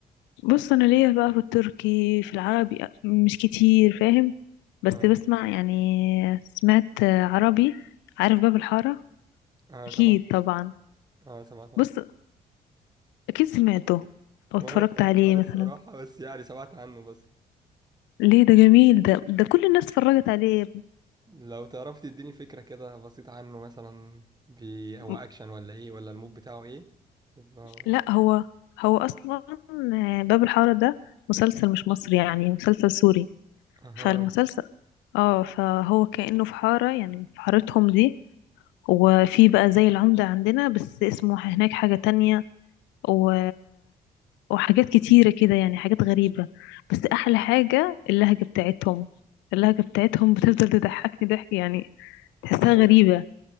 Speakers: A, on the left; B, on the right.
A: بص انا ليا بقى في التركي في العربي مش كتير فاهم بس
B: آه.
A: بسمع يعني سمعت عربي عارف باب الحاره
B: اه
A: اكيد
B: سمعت
A: طبعا
B: اه سمعت عنه
A: بص اكيد سمعته او اتفرجت
B: وانا ما اتفرجتش
A: عليه
B: عليه
A: مثلا
B: الصراحة بس يعني سمعت عنه بس
A: ليه ده جميل ده ده كل الناس اتفرجت عليه
B: لو تعرف تديني فكرة كده بسيطة عنه مثلا بي... هو
A: م-
B: اكشن ولا ايه ولا المود بتاعه ايه يبقى
A: لا هو هو اصلا باب الحاره ده مسلسل مش مصري يعني مسلسل سوري
B: اها
A: فالمسلسل اه فهو كأنه في حارة يعني في حارتهم دي وفي بقى زي العمدة عندنا بس اسمه هناك حاجة تانية و... وحاجات كتيرة كده يعني حاجات غريبة بس أحلى حاجة اللهجة بتاعتهم اللهجة بتاعتهم بتفضل تضحكني ضحك يعني تحسها
B: <laughs> ايوه
A: غريبة